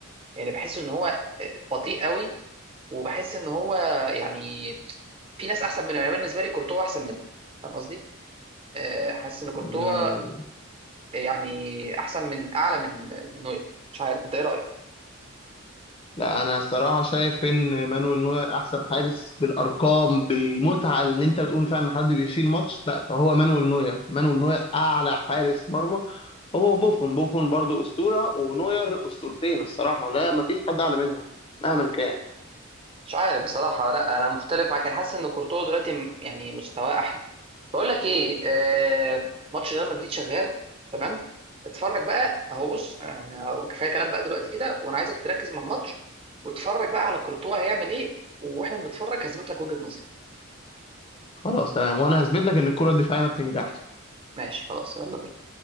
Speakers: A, on the right (about 25°); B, on the left (about 25°).
A: يعني بحس ان هو آه، بطيء قوي وبحس ان هو يعني في ناس احسن منه يعني أنا بالنسبه لي كورتوا احسن منه فاهم قصدي؟ آه، حاسس ان كورتوا
B: مم.
A: يعني احسن من اعلى من نوير مش عارف انت ايه رايك
B: لا أنا الصراحة شايف إن مانويل نوير أحسن حارس بالأرقام بالمتعة اللي أنت بتقول فيها إن حد بيشيل ماتش لا فهو مانويل نوير مانويل نوير أعلى حارس مرمى هو بوفون بوفون برضو أسطورة ونوير أسطورتين الصراحة لا مفيش حد أعلى منهم مهما كان
A: مش عارف بصراحه لا انا مختلف معاك انا حاسس ان كورتوا دلوقتي م- يعني مستواه احلى بقول لك ايه آه ماتش ريال مدريد شغال تمام اتفرج بقى اهو بص آه، كفايه كلام بقى دلوقتي كده وانا عايزك تركز مع الماتش واتفرج بقى على كورتوا هيعمل ايه واحنا بنتفرج هثبت لك وجهه نظري
B: خلاص تمام وأنا هثبت لك إن الكرة الدفاعية ما بتنجحش
A: ماشي خلاص يلا بينا